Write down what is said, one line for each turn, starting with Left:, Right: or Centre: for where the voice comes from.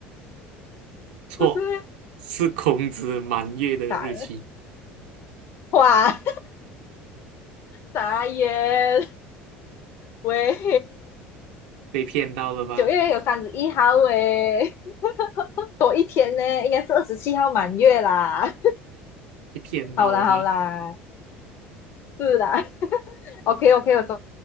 Right: 错，
Left: 不是咩？
Right: 是孔子满月的日期。
Left: 打了，哇！傻眼，喂，
Right: 被骗到了吧？
Left: 九月有三十一号诶，多一天呢，应该是二十七号满月啦。
Right: 被骗到了吧？
Left: 好啦好啦，是啦，OK OK，<laughs> 我终